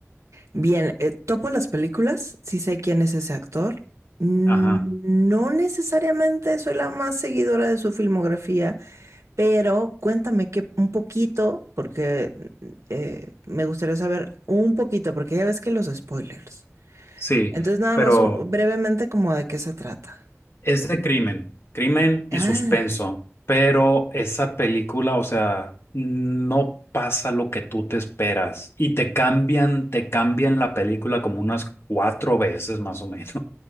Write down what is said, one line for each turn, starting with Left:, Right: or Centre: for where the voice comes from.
Right: Bien, eh, topo las películas, sí sé quién es ese actor. Mm,
Left: Ajá,
Right: No necesariamente soy la más seguidora de su filmografía, Pero cuéntame que un poquito, porque eh, me gustaría saber un poquito, porque ya ves que los spoilers.
Left: sí,
Right: Entonces nada
Left: pero
Right: más un- brevemente como de qué se trata.
Left: es de crimen, crimen y
Right: Ah,
Left: suspenso. Pero esa película, o sea, no pasa lo que tú te esperas y te cambian, te cambian la película como unas cuatro veces más o menos.